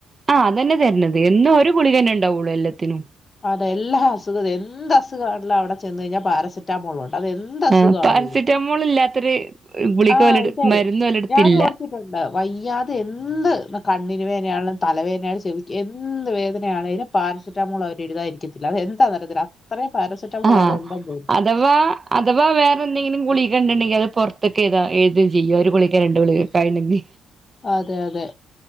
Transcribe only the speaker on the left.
അത എല്ലാ അസുഖും എന്ത് അസുഖമാണല്ലോ അവിടെ ചെന്ന് കഴിഞ്ഞാൽ പാരസെറ്റാമോള ഉണ്ട് അത് എന്ത് അസുഖമാണെും
ആ്
ഇതെ
ഞാൻ ഓർത്തിട്ടുണ്ട് വയ്യാതെ എന്ത് കണ്ണിന് വേദനയാണെലും തലവേനയാലും ചെവിക്കുക എന്ത് വേദനയാണും പാരസെറ്റാമോൾ അവര് എഴുതാായിരിക്കത്തില്ല അത് എന്താ തരത്തില് അത്രയും പാരസെറ്റാമോൾ
അവിടെ ഉണ്ടെന്ന് തോന്നുന്നു
അതെ അതെ